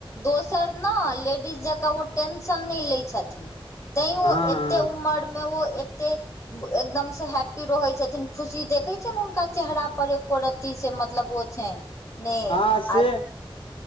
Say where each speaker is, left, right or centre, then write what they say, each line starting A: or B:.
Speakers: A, on the left; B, on the left.
A: दोसर ने लेडीज जेकाँ ओ टेंशन नहि लैत छथिन तैं ओ
B: हँ
A: एतेक उमर में ओ एतेक एकदम सँ हैप्पी रहैत छथिन खुशी देखैत छियनि हुनका चेहरा परे पत रति से मतलब ओ छै ने
B: आ से
A: आ